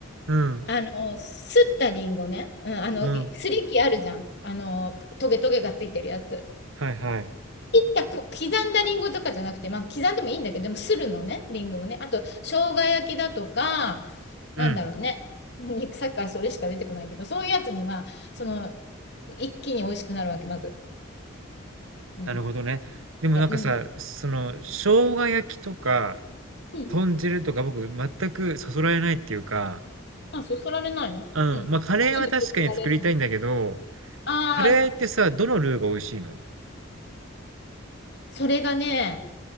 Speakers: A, on the right; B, on the left.
A: うん。
B: あの、すったりんごね。うん、あの、
A: うん。
B: すりきあるじゃん。あの、トゲトゲがついてるやつ。
A: はいはい。
B: 切ったこ、刻んだりんごとかじゃなくて、まあ、刻んでもいいんだけど、でも、するのね、りんごをね。あと、生姜焼きだとか、
A: うん。
B: なんだろうね。肉さっきからそれしか出てこないけど、そういうやつには、その、一気に美味しくなるわけ、まず。うん。
A: なるほどね。でもなんかさ、
B: でうん。
A: その、生姜焼きとか、
B: うん。
A: 豚汁とか僕全くそそられないっていうか、
B: あ、そそられないのうん。
A: うん、
B: 何にそそられるの
A: まあカレーは確かに作りたいんだけど、
B: ああ、
A: カレーってさ、どのルーが美味しいの
B: それがね、